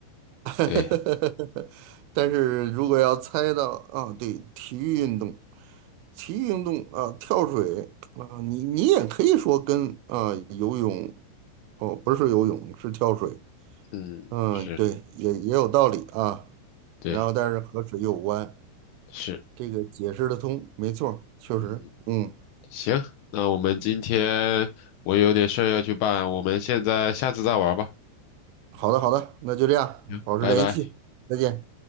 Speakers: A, on the right (about 85°); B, on the left (about 80°).
A: <laughs> 呵呵
B: 对，
A: 呵但是如果要猜到啊，对，体育运动，体育运动啊，跳水啊，你你也可以说跟啊游泳哦，不是游泳，是跳水，
B: 嗯，
A: 嗯，
B: 是，
A: 对，也也有道理啊。
B: 对，
A: 然后但是和水有关，
B: 是，
A: 这个解释的通，没错儿确实，
B: 嗯，
A: 嗯，
B: 行，那我们今天我有点事儿要去办，我们现在下次再玩吧。
A: 好的好的，那就这样，
B: 行，
A: 保持联系，
B: 拜拜。
A: 再见。